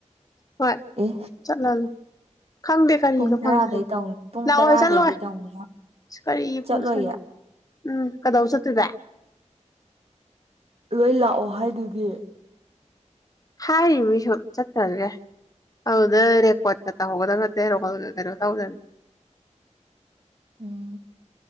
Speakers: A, on the left; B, on the right.
A: ꯍꯣꯏ
B: ꯑꯦ
A: ꯆꯠꯂꯂ ꯈꯪꯗꯦ ꯀꯔꯤꯅꯣ
B: ꯄꯨꯡ ꯇꯔꯥꯗꯩ
A: ꯐꯪꯁꯟ
B: ꯇꯧꯅꯤ ꯄꯨꯡ
A: ꯂꯥꯛꯑꯣꯏ
B: ꯇꯔꯥꯗꯒꯤ
A: ꯆꯠꯂꯣꯏ
B: ꯇꯧꯅꯤ ꯍꯥꯏ
A: ꯑ ꯀꯔꯤ
B: ꯆꯠꯂꯣꯏꯌꯦ
A: ꯐꯪꯁꯟ ꯎꯝ ꯀꯗꯧ ꯆꯠꯇ꯭ꯔꯤꯚ
B: ꯂꯣꯏ ꯂꯥꯛꯑꯣ ꯍꯥꯏꯗꯨꯗꯤ
A: ꯍꯥꯏꯔꯤ ꯃꯤ ꯁꯨꯝ ꯆꯠꯈꯔꯒꯦ ꯑꯗꯨꯗ ꯔꯦꯀꯣꯔꯠꯀ ꯇꯧꯍꯧꯒꯗꯕ ꯅꯠꯇꯦ ꯔꯣꯣꯜ ꯀꯩꯅꯣ ꯇꯧꯗꯅꯤ
B: ꯎꯝ